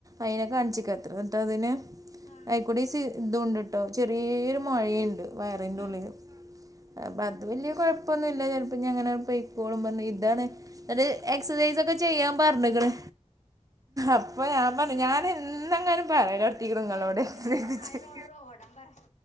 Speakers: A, on the right (about 30°); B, on the left (about 80°).
A: അതിനെ കാണിച്ചിക്കത്ര എന്നിട്ട് അതിന്
B: ആഹ്
A: ആയിക്കൂടി സി ഇതുണ്ടിട്ടോ ചെറിയൊരു മൊയേയുണ്ട് വയറിന്റെ ഉള്ളില്
B: ആഹ്
A: അപ്പൊ അത് വലിയ കുഴപ്പ ന്നുല്ല ചിലപ്പോ ഇഞ്ഞ് അങ്ങനെ പോയ്‌ക്കോളും പറഞ്ഞ് ഇതാണ് അന്നിട്ട് എക്സസൈസൊക്കെ ചെയ്യാൻ പറഞ്ഞെക്ക്ണ് അപ്പൊ ഞാൻ പറഞ്ഞു ഞാന് എന്നെങ്ങാനും പറയലോട ഇത്ങ്ങളോടെ
B: പേരക്കുട്ടിന്റെ
A: എക്സസൈസ്
B: പിന്നാലെ നാല്
A: ചെയ്യ്
B: റൗണ്ട് ഓടാൻ പറ